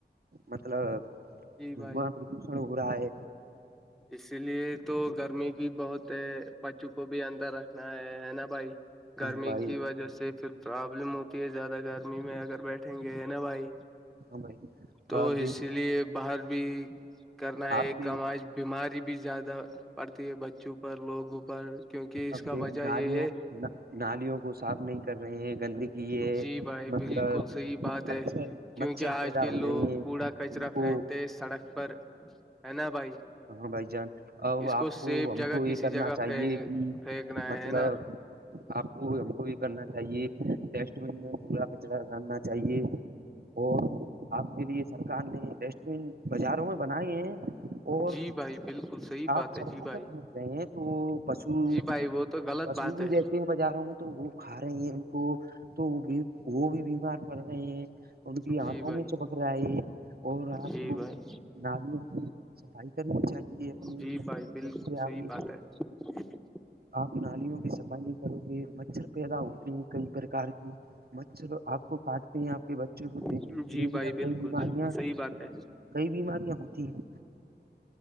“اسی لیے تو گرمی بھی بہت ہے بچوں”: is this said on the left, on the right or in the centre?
Centre